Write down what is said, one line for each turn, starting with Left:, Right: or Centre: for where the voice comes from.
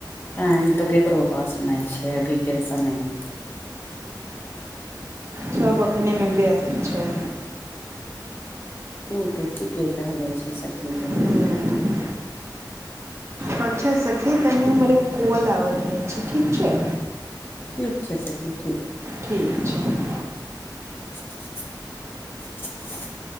Left: टायम तो केकरो पास नै छै अभी के समय मे
Right: छब अपनेमे व्यस्त छै
Left: उ ते ठीके कहले छै सखी तु
Right: हूँ अच्छा सखी तनि हमर ओ कॉल आबल रहै छै ठीक छै
Left: ठीक छै सखी ठीक
Right: ठीक छै
Left: <inaudible>